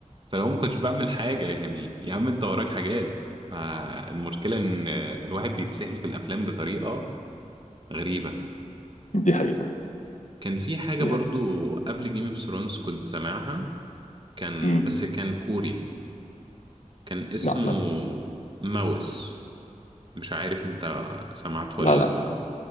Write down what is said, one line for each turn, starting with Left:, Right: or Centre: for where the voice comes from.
Right: فلو ما كنتش بعمل حاجة يعني يا عم أنت وراك حاجات فالمشكلة إن الواحد بيتسحل في الأفلام بطريقة غريبة
Left: دي حقيقة
Right: كان في حاجة
Left: دي
Right: برضو
Left: حقيقة
Right: قبل جيم اوف ثرونز كنت سامعها كان
Left: امم
Right: بس كان كوري كان اسمه
Left: لا ما
Right: ماوس مش عارف انت سمعته
Left: لا
Right: ولا
Left: لا
Right: لأ